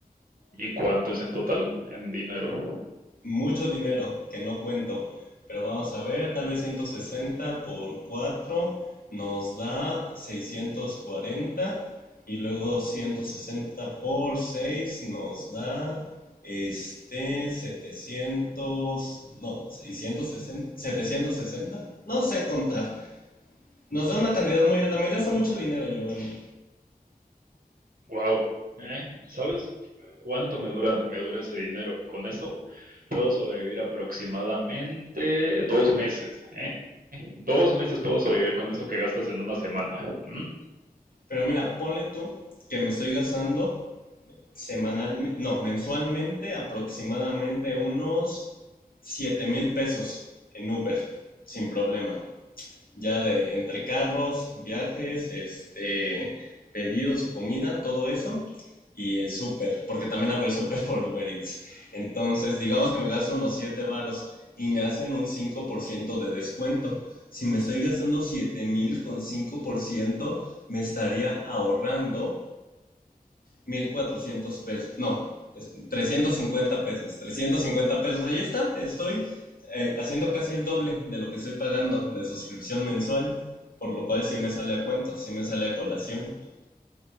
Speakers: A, on the right; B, on the left.
A: ¿Y cuánto es en total en dinero?
B: Mucho dinero que no cuento, pero vamos a ver, tal vez 160 por 4 nos da 640 y luego 160 por 6 nos da este 700 no, seiscientos sesenta setecientos sesenta No sé contar. Nos da una cantidad muy alta. Me gasto mucho dinero, Giovanni.
A: Wow, ¿eh? ¿Sabes cuánto me dura me dura ese dinero? Con eso puedo sobrevivir aproximadamente dos meses, ¿eh? Dos meses puedo sobrevivir con eso que gastas en una semana. ¿m?
B: Pero mira, ponle tú que me estoy gastando semanalmente, no, mensualmente aproximadamente unos siete mil pesos en Uber, sin problema. Ya de entre carros, viajes, este, pedidos y comida, todo eso. Y el súper, porque también hago el súper por Uber Eats. Entonces, digamos que me gasto unos 7 varos y me hacen un 5% de descuento. Si me estoy gastando siete mil con 5% me estaría ahorrando 1400 pesos. No, es 350 pesos. trescientos cincuenta pesos, ahí está. Estoy eh, haciendo casi el doble de lo que estoy pagando de suscripción mensual. Por lo cual sí me sale a cuento, sí me sale a colación. <laughs>